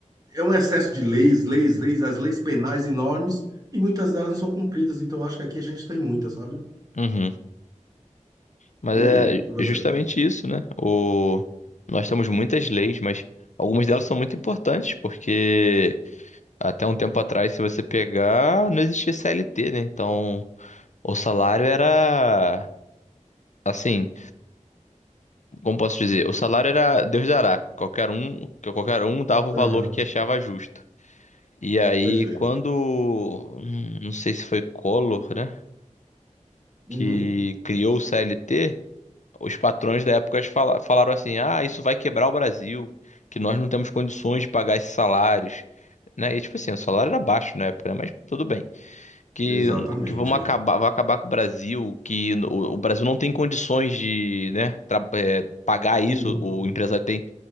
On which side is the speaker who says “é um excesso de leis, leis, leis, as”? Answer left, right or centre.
Right